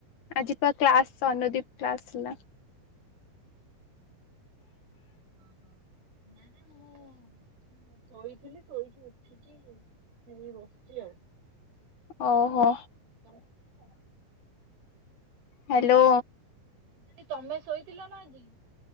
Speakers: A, on the left (about 60°); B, on the right (about 75°).
A: ଆଜି ପ କ୍ଲାସ ଅନୁଦୀପ କ୍ଲାସ ଥିଲା।
B: ଓହୋ। ନା ନା ମୁଁ ହଁ ଶୋଇଥିଲି ଶୋଇକି ଉଠିକି ହେ ବସିଛି ଆଉ।
A: ଓହୋ
B: ତମେ ଶୋଇଛ ନା?
A: ହ୍ୟାଲୋ
B: ମୁଁ କଲି ତମେ ଶୋଇଥିଲ ନା ଆଜି?